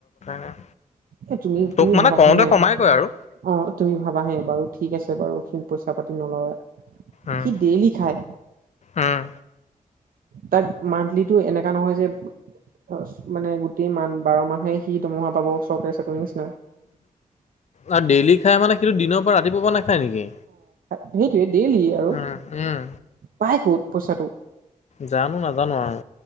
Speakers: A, on the left (about 50°); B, on the right (about 80°).
A: নাই।
B: এ তুমি
A: তোক
B: তুমি
A: মানে
B: ভাবাচোন
A: কওঁতে
B: হে
A: কমাই কয় আৰু।
B: অঁ। তুমি ভাবাহে বাৰু ঠিক আছে বাৰু সি পইচা পাতি নলয়ে।
A: উম,
B: সি ডেইলি খায়।
A: উম,
B: তাত মানটলিটো এনেকা নহয় যে। অ মানে গোটেই মাহ বাৰ মাহে সি দৰমুহা পাব চৰকাৰী চাকৰি নিচিনা।
A: আৰু ডেইলি খাই মানে সেইটো দিনৰ পৰা ৰাতিপুৱা নাখায় নেকি?
B: সেইটোৱে দেইলি আৰু
A: উম, উম।
B: পাই ক'ত পইচাটো
A: জানো নাজানো আও